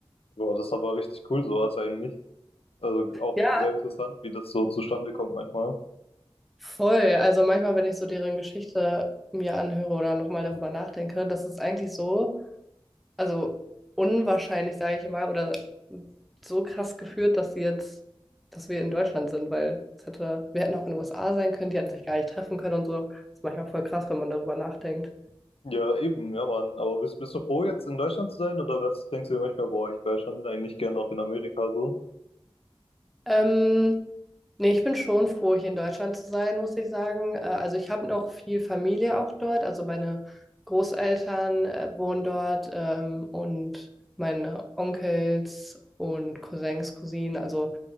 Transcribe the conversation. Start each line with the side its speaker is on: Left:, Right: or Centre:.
Left: Boah, das ist aber richtig cool, sowas eigentlich. Also auch
Centre: Ja,
Left: sehr interessant, wie das so zustande kommt manchmal.
Centre: Voll. Also manchmal, wenn ich so deren Geschichte mir anhöre oder nochmal darüber nachdenke, das ist eigentlich so, also unwahrscheinlich, sage ich mal, oder so krass geführt, dass sie jetzt, dass wir in Deutschland sind, weil es hätte, wir hätten auch in den USA sein können, die hätten sich gar nicht treffen können und so. Das ist manchmal voll krass, wenn man darüber nachdenkt.
Left: Ja, eben, ja, Mann. Aber bist, bist du froh, jetzt in Deutschland zu sein? Oder was denkst du dir manchmal, boah, ich wäre schon eigentlich gern auch in Amerika so?
Centre: Ähm, nee, ich bin schon froh, hier in Deutschland zu sein, muss ich sagen. Äh, also ich habe noch viel Familie auch dort. Also meine Großeltern äh, wohnen dort ähm, und meine Onkels und Cousins, Cousinen, also